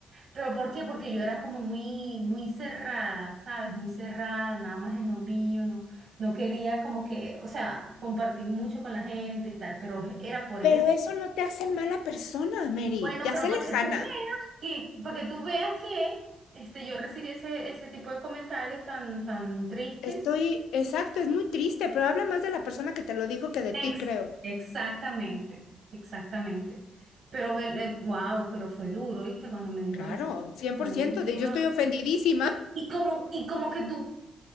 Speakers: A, on the right; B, on the left.
A: Pero ¿por qué? Porque yo era como muy, muy cerrada, ¿sabes? Muy cerrada, nada más en lo mío, no, no quería como que, o sea, compartir mucho con la gente y tal, pero era por eso.
B: Pero eso no te hace mala persona, Mary.
A: Bueno,
B: Te hace
A: pero para
B: lejana.
A: que tú veas que, para que tú veas que este, yo recibí ese, ese tipo de comentarios tan, tan tristes.
B: Estoy exacto, es muy triste, pero habla más de la persona que te lo dijo que de
A: Ex-
B: ti, creo.
A: exactamente, exactamente. Pero me, wow, pero fue duro, ¿viste? Cuando me dijo
B: Claro,
A: eso.
B: 100%,
A: Fue muy duro.
B: de, yo estoy ofendidísima.
A: Y como, y como que tú